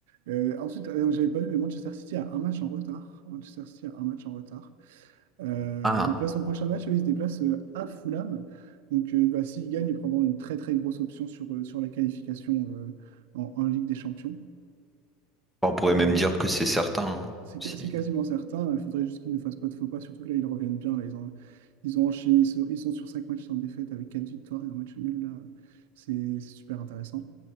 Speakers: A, on the right (about 85°); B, in the centre.
A: Euh, ensuite, euh, j'avais pas vu, mais Manchester City a un match en retard. Manchester City a un match en retard. Euh,
B: Ah,
A: donc là, son prochain match, euh, il se déplace euh, à Fulham. Donc euh, bah, s'il gagne, ils prendront une très très grosse option sur, euh, sur la qualification euh, en, en Ligue des Champions.
B: on pourrait
A: Euh,
B: même dire que c'est certain. hein,
A: c'est
B: si.
A: ca- c'est quasiment certain. Il faudrait juste qu'ils ne fassent pas de faux pas, surtout que là, ils reviennent bien. Là, ils ont, ils ont enchaîné, ils sont, ils sont sur 5 matchs sans défaite avec 4 victoires et un match nul. Là, c'est c'est super intéressant.